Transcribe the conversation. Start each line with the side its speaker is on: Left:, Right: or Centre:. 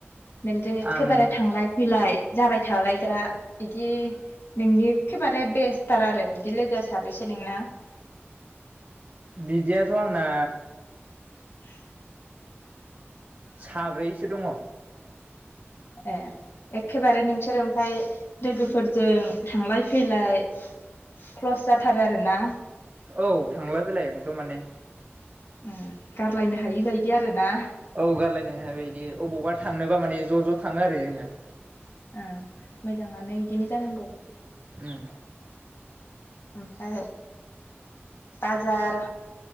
Left: नोंजों एखेबारे
Right: आं
Left: थांलाय फैलाय जाबाय थालायग्रा बिदि नोंनि एखेबारे बेस्थार आरो बिदि लोगोआ साबैसे नोंना <inaudible>
Right: बिदियाथ' आंना
Left: <inaudible>
Right: साब्रैसो दङ
Left: ए एखेबारे नोंसोर ओमफ्राय लोगोफोरजों थांलाय फैलाय क्लस जाथारो आरोना
Right: औ थांलाय फैलाय एकदम माने
Left: उम गारलायनो हायि बायदि आरो ना
Right: औ गारलायनो हायि बायदि अबावबा थांनोबा माने ज' ज' थाङो आरो जोङो
Left: उम मोजाङानो बिदिनो जानांगौ
Right: उम
Left: ओमफ्राय बाजार